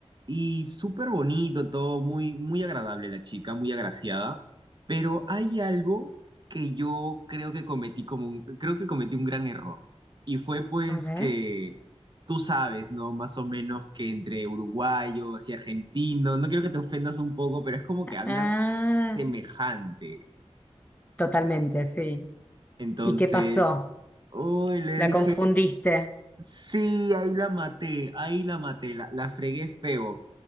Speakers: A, on the right; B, on the left.
A: Y súper bonito todo, muy, muy agradable la chica, muy agraciada, pero hay algo que yo creo que cometí como un, creo que cometí un gran error. Y fue pues
B: a ver.
A: que tú sabes, ¿no? Más o menos que entre uruguayos y argentinos, no quiero que te ofendas un poco, pero es como que hablan
B: Ah,
A: semejante.
B: totalmente, sí.
A: Entonces,
B: ¿Y qué pasó?
A: uy, le
B: ¿La
A: dije,
B: confundiste?
A: sí, ahí la maté, ahí la maté, la, la fregué feo.